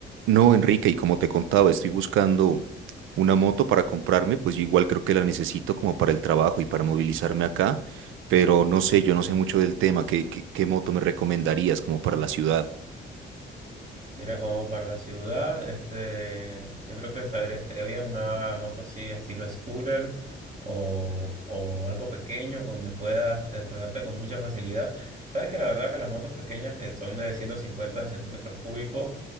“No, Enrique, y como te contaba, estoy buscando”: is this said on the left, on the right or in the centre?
Right